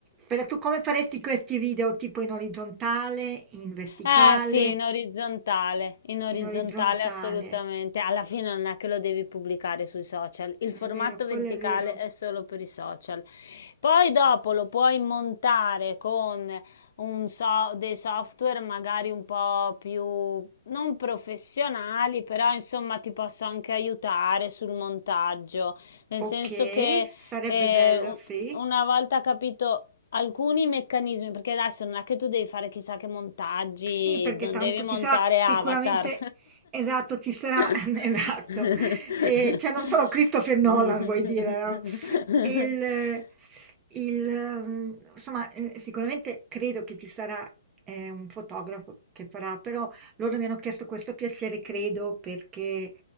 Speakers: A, on the right; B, on the left.
A: Però tu come faresti questi video, tipo in orizzontale, in verticale?
B: Eh sì, in orizzontale, in orizzontale
A: In orizzontale.
B: assolutamente. Alla fine non è che lo devi pubblicare sui social, il formato
A: È vero, quello
B: verticale
A: è vero.
B: è solo per i social. Poi dopo lo puoi montare con un so- dei software magari un po' più non professionali, però insomma ti posso anche aiutare sul montaggio, nel
A: Okay,
B: senso che
A: sarebbe
B: eh,
A: bello,
B: un-
A: sì.
B: una volta capito alcuni meccanismi, perché adesso non è che tu devi fare chissà che montaggi,
A: Sì, perché
B: non
A: tanto
B: devi montare
A: ci sarà sicuramente,
B: Avatar.
A: esatto, ci sarà, <laughs>
B: <laughs>
A: esatto, e, cioè non solo Christopher Nolan vuoi dire, no? E il, il, mm, insomma, eh, sicuramente credo che ci sarà eh, un fotografo che farà, però loro mi hanno chiesto questo piacere, credo, perché